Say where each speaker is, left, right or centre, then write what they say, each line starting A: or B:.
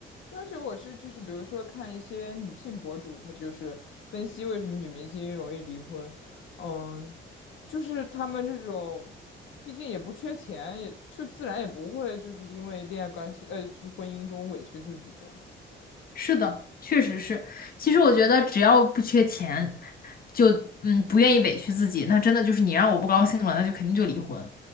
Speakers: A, on the left; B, on the left.
A: 对，而且我是就是，比如说看一些女性博主，她就是分析为什么女明星容易离婚，嗯，就是她们这种，毕竟也不缺钱，也就自然也不会就是因为恋爱关系，呃，就是婚姻中委屈自己这样。
B: 是的，确实是。其实我觉得只要不缺钱，就嗯不愿意委屈自己，那真的就是你让我不高兴了，那就肯定就离婚。